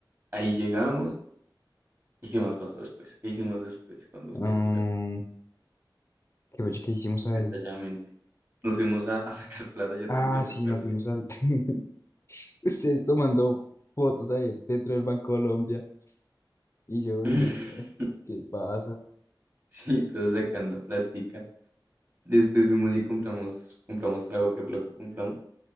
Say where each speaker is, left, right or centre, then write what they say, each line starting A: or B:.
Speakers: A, on the right; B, on the left.
A: ahí llegamos. ¿Y qué más pasó después? ¿Qué hicimos después cuando ustedes
B: ah,
A: llegaron?
B: ¿qué, fue que hicimos ahí?
A: Detalladamente. Nos fuimos a, a sacar plata, yo,
B: Ah,
A: tengo, yo me
B: sí,
A: acuerdo
B: nos fuimos
A: de ahí.
B: al... <laughs> Ustedes tomando fotos ahí dentro del Banco Colombia. Y yo, uy,
A: <laughs>
B: no, ¿qué pasa?
A: Sí, todos sacando platica. Después fuimos y compramos, compramos trago, ¿qué fue lo que compramos?